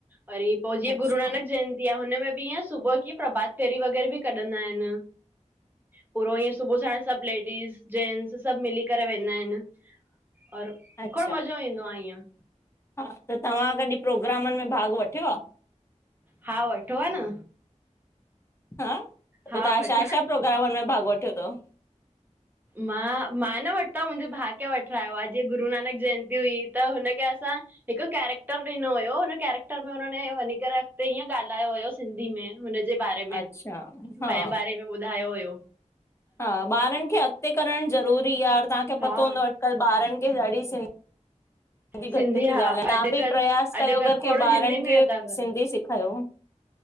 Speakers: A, on the right; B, on the left.
A: वरी पो जीअं
B: अच्छा
A: गुररुनानक जयंती आ हुनमें बि ईअं सुबुह कीअं प्रभात फेरी वग़ैरह बि कढंदा आहिन। पो ईअं सुबह साण। सॿ लेडीस जेंट्स सॿ मिली करे वेंदा आयन और
B: अच्छा
A: खो़ॾ मज़ो ईंदो आ ईअं।
B: हा त तवां कॾि प्रोग्रामन में भाग वठयो आ।
A: हा वठो आ न।
B: हा पो
A: हा
B: तां
A: वठो
B: शा-शा प्रोग्रामन में भाग वठयो तव।
A: मां-मां न वरतो मुंजे भा खे वठरायो आ जीअं गुरूनानक जयंती हुई त हुनखे असां हिक कैरेक्टर ॾिनो होयो हुन कैरेक्टर में हुन वञी करे अॻते हीअं ॻालायो होयो। सिंधी में हुनजे बारे में
B: अच्छा हा
A: तेंय बारे में ॿुधायो होयो।
B: हा ॿारन खे अॻते करण ज़रूरी आ और तांखे
A: हा
B: पतो हूंदो अॼकल ॿारन खे ॾाॾी सिं ह <inaudible> ॾाॾी
A: सिंधी
B: घट ती
A: हा
B: ॻालायां तां
A: अॼुकल्ह
B: ॿि प्रयास
A: अॼुकल्ह
B: कयो अगर
A: खोड़
B: की ॿारन
A: हिंदी में
B: खे
A: था करनि
B: सिंधी सेखायो।